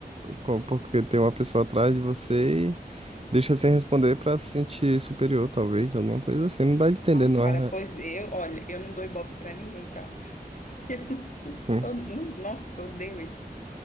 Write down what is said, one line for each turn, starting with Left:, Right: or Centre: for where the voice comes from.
Right: com- porque tem uma pessoa atrás de você e deixa sem responder pra se sentir superior, talvez, alguma coisa assim. Não dá de entender,
Left: Ah,
Right: não
Left: cara,
Right: é?
Left: pois eu, olha, eu não dou ibope pra ninguém, tá? <laughs> Eu não,
Right: hum.
Left: tô- não- nossa, eu odeio isso.